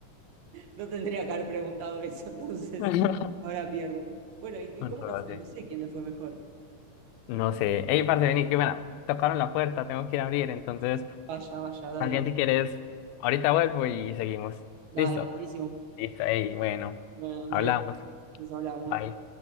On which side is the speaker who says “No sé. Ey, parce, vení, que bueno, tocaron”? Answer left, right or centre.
Left